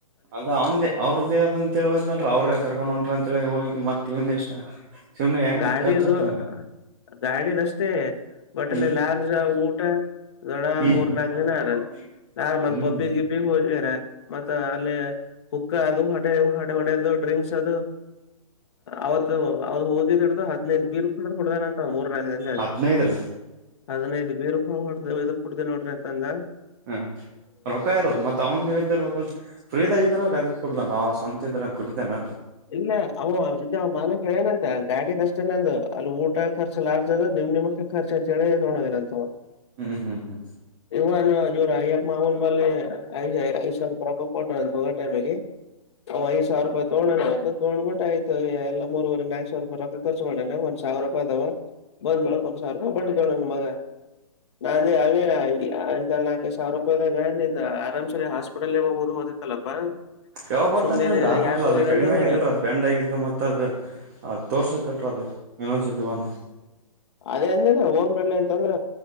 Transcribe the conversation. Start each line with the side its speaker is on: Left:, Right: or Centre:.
Right: ಅದ ಅವಂದೇ ಅವ್ರದ್ದೇ ಅದ ಅಂತ ಹೇಳಿೋದ್ ನಡ್ರ ಅವ್ರೇ ಕರ್ಕೊಂಡ್ ಹೊಂಟ್ರ ಅಂತೇಳಿ ಹೋಗಿ ಮತ್ತ ಇವಂದ ಎಷ್ಟ. ಸುಮ್ನೆ ಹೆಂಗ್
Left: ಗಾಡಿದು
Right: ಖರ್ಚಾತವಲ್ಲ
Left: ಗಾಡಿ ರಷ್ಟೇ. ಬಟ್ಟಲ್ಲಿ
Right: ಹ್ಮ್
Left: ಲಾರ್ಜ ಊಟ ದಡ
Right: ಹ್ಮ್
Left: ಮೂರ್ ನಾಕ ದಿನ ಆರ
Right: ಹ್ಮ್
Left: ಲ್ ಮ ಪಬ್ಬಿ
Right: ಹ್ಮ್
Left: ಗಿ. ಫಿಲ್ಮ್ ಹೋದಾರೆ ಮತ್ತ ಅಲ್ಲಿ. ಕುಕ್ಕಾ ಅದು ಹಡೆ ಹೊಡೆ ಅದು ಡ್ರಿಂಕ್ಸ್ ಅದು ಅವತ್ತು. <unintelligible> ಡ ಹದಿನೈದು ಬೀರ್ ಕುಡಾನ ಅಂತ ಮೂರ್ನಕ್ ದಿಂದಾಗಾ.
Right: ಹದ್ನೈದ ರೀ
Left: ಅದ್ಐ ಬೇ ಇದಕ್ ಕುಡ್ದ ನೋಡ್ರಿತಂಗ.
Right: ಹ್ಮ ರೊಕ್ಕ ಯಾರು ಮತ್ತತ್ ಅವ್ನ್ ಭ ಇದ್ದರುೋಬೇಕಲ್ರಿ. ಫ್ರೀದಾಗ ಇದ್ರಾಗ ಅದಕ್ಕೆ ಕುಡ್ದ ನ ಆ ಸಂತ ಇದ್ರ ಕುಡತೇನ.
Left: ಇಲ್ಲ ಅವ ಅಜ ಮಾನಗಳು ಏನತ್ತ. ಗಾಡಿ ಅಷ್ಟೇನೆಂದ ಅಲ್ಲಿ ಊಟ ಖರ್ಚ ಲಾರ್ಜ ಅದ ನಿಮ್ ನಿಮಮ್ಮಕ್ಕೆ ಖರ್ಚ ಅಂತ ಹೇಳಿ ತಗೋದಿ ಅಂತವವಾ.
Right: ಹ್ಮ್ ಹ್ಮ್ ಹ್ಮ್
Left: ಇವ ನೋ ಎವರ್ ಅಯಪ್ಮಮವನ್. ಆ ಐ ಐದ ಸಾವಿರ ರೂಪಾಯಿ ಕೊ್ರ ಅಂತ ಹೋಗೋ ಟೈಮಿಗೆ ಅವ ಐದ ಸಾವಿರ ರೂಪಾಯಿ. ತೋಂಡನ ತಗ್ಬಿಟ್ಟ ಆಯತ ಎಲ್ಲ ಮೂವರೆ ನಾಕ್ಸವಾರ. ರೊಕ್ಕ ರ್ಚು ಮಾಡೇನೆ ಒಂದ್ಾವಿರ ರೂಪಾಯ್ದಾವ. ಬಂದ ಮಳ ಕೊಂ ಸಾವಿ ಬಟ್ ಕಣ ಮಗ ನಾ ಅ ಅವ. <unintelligible> ಸಾವಿರ ರೂಪಾಯಿದಾಗ ನಿ ಆರಾಮ್ ಸರಿ ಹಾಸ್ಪಿಟಲ್ ಓ್ ಓದಿತ್ತಲಲ್ಪ್ಪಾ.
Right: ಯಾವಾಗ ಬರ್ತಾನ
Left: ಸುಮ್ನೆಿ
Right: ಹಾಸ್ಪಿಟಲ್
Left: ಯಾಕ
Right: ಅದು
Left: ಹುದಿರ
Right: ಕಡಿಮೆ
Left: ಅಂತ ಅಂದನ.
Right: ಆಗಿದಿಲ್ರ ಅದು ಬೆಂಡ್ ಆಗಿದ್ದು ಮತ್ತುತ್ತ ಅದು ಅದು ತೋರ್ಸೋದ ಕಲ್ರ ಅದ ಇನೊನ್ಸತಿ ಬಂದು.
Left: ಅದೇ ಅಂಡ್ಯಾಲ್ಲೆ ಹಓಬಡ್ಲೇ ಅಂತಂದ್ರ.